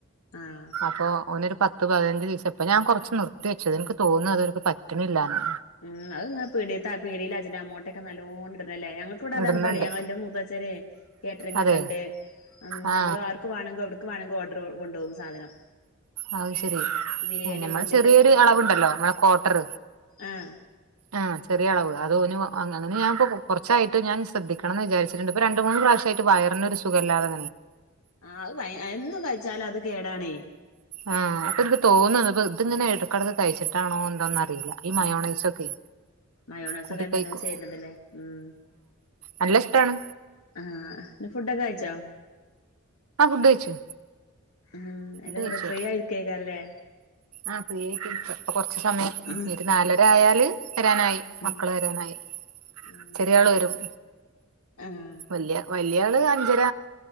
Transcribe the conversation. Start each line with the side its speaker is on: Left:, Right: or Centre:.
Left: ആഹ്
Right: അപ്പൊ ഓനൊരു പത്ത് പത്ത് പതിനഞ്ച് ദിവസായി ഇപ്പോ ഞാൻ കുറച്ച് നിർത്തി വച്ചതിൻ എനിക്ക് തോന്നുന്നത് അതിവർക്ക് പറ്റണില്ലാന്നാ
Left: ഉം അതങ്ങനെ പീടിയത്തെ പീടിലെ അജനാമോട്ടോയൊക്കെ നല്ലോണം ഇടണതല്ലേ ഞങ്ങ ഫുഡ്‌
Right: ഇടുന്നുണ്ട്
Left: താണ് പണി ഞങ്ങള് എന്റെ മൂത്താച്ചാരെ കാറ്ററിങ്
Right: അതെ
Left: ഒക്കെണ്ട്
Right: ആ
Left: നമ്മൾ ആർക്ക് വേണങ്കി എവിടേക്ക് വേണങ്കി ഓർഡർ കൊണ്ടുപോകും സാധനം
Right: അത് ശരി
Left: ബിരിയാണി
Right: നമ്മള്
Left: മന്തിന്റെ
Right: ചെറിയൊരു അളവുണ്ടല്ലോ നമ്മളെ കോട്ടർ
Left: ആഹ്
Right: ആ ചെറിയളവ് അതോനും അങ്ങനെന്നെ ഞാനിപ്പോ കുറച്ചായിട്ട് ഞാൻ ശ്രദ്ധിക്കണന്ന് വിചാരിച്ചിട്ടുണ്ട് ഇപ്പ രണ്ട് മൂന്ന് പ്രാവശ്യമായിട്ട് വയറിനൊരു സുഖമില്ലാതെ
Left: ആ അത് എന്നും കഴിച്ചാലെ അത് കേടാണേ
Right: ആ അപ്പൊ എനിക്ക് തോന്നുന്നു ഇപ്പ ഇത് ഇങ്ങനെ ഇടയ്ക്കിടയ്ക്ക് കഴിച്ചിട്ടാണോ എന്തോന്നറി അറിയില്ല ഈ മയോണൈസൊക്കെ
Left: ആഹ് മയോണസൊക്കെ
Right: കൂട്ടി കഴിക്കും
Left: നല്ലോം ചേരുന്നതല്ലേ ഉം
Right: നല്ല ഇഷ്ടാണ്
Left: ആഹ് പിന്നെ ഫുഡൊക്കെ കഴിച്ചോ
Right: ആ ഫുഡ് കഴിച്ചു
Left: ഉം
Right: ഫുഡ്‌
Left: അല്ല
Right: കഴിച്ചോ
Left: ഫ്രീ ആയിരിക്കേക്കാരല്ലേ
Right: ആ ഫ്രീ ആയിട്ടിരിക്കാ അപ്പോ കൊറച്ച് സമയം
Left: ഉം
Right: നാലര ആയാ ല് വരാനായി
Left: ഉം
Right: മക്കള് വരാനായി
Left: ഉം
Right: ചെറിയ ആള് വരും
Left: ആഹ്
Right: വല്യ വ വലിയാള് അഞ്ചര